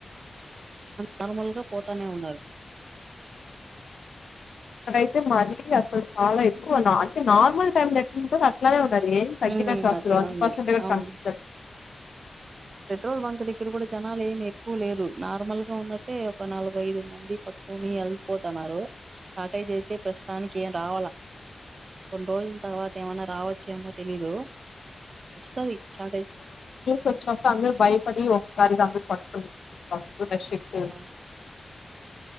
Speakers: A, on the right; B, on the left.
A: నార్మల్ గా పోతానే ఉన్నారు
B: అయితే మరీ అసలు చాలా ఎక్కువ అంటే నార్మల్ టైమ్ పెట్టి అట్లానే ఉండ తగ్గిన
A: మ్మ్
B: కసులు
A: అట్టే
B: వన్
A: ఉంది
B: పర్సెంట్
A: అవును
B: కనిపించ
A: పెట్రోల్ బంక్ దగ్గర కూడా జనాలు ఏమి ఎక్కువ లేరు నార్మల్ గా ఉన్నట్టే ఒక నాలుగు ఐదు మంది పట్టుకుని వెళ్పోతున్నారు షార్టేజ్ అయితే ప్రస్తుతానికి ఏం రావాల కొన్ని రోజుల తర్వాత ఏమనా రావచ్చు ఏమో తెలీదు వస్తుంది షార్టేజ్
B: వచ్చినప్పు అరు భయపడి ఒకసారి అ పట్ ప్రదశస్త
A: అవును